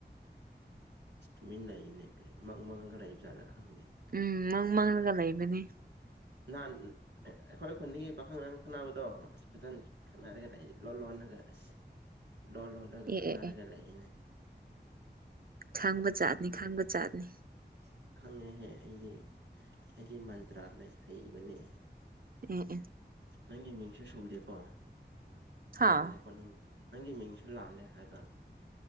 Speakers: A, on the right (about 80°); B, on the right (about 55°).
A: ꯏꯁ ꯇꯨꯃꯤꯟ ꯂꯩꯌꯦꯅꯦ ꯀꯔꯤ ꯃꯪ ꯃꯪꯉꯒ ꯂꯩꯕ ꯖꯥꯠꯂ ꯈꯪꯗꯦ
B: ꯎꯝ ꯃꯪ ꯃꯪꯂꯒ ꯂꯩꯕꯅꯤ
A: ꯅꯍꯥꯟ ꯑ ꯑꯩꯈꯣꯏ ꯈꯨꯟꯗꯒꯤ ꯄꯥꯈꯪ ꯅꯪ ꯈꯪꯅꯕꯗꯣ ꯑꯁ ꯐꯖꯟ ꯈꯠꯅꯔꯒ ꯂꯩ ꯂꯣꯟ ꯂꯣꯟꯅꯒ ꯑꯁ ꯂꯣ ꯂꯣꯟꯂꯒ
B: ꯑꯦ
A: ꯈꯪꯅꯔꯒ
B: ꯑꯦ ꯑꯦ
A: ꯂꯩꯌꯦꯅꯦ
B: ꯈꯪꯕꯖꯥꯠꯅꯤ ꯈꯪꯕꯖꯥꯠꯅꯤ
A: ꯏꯁ ꯈꯪꯉꯦꯍꯦ ꯑꯩꯗꯤ ꯑꯩꯗꯤ ꯃꯟꯇ꯭ꯔꯥ ꯂꯩ ꯍꯩꯕꯅꯦ꯫
B: ꯎꯝ ꯎꯝ꯫
A: ꯅꯪꯒꯤ ꯃꯤꯡꯁꯨ ꯁꯨꯗꯦꯀꯣ
B: ꯍꯥꯥ
A: ꯂꯥꯜꯂꯦꯀꯣ ꯅꯪ ꯅꯪꯒꯤ ꯃꯤꯡꯁꯨ ꯂꯥꯜꯂꯦ ꯍꯥꯏꯕ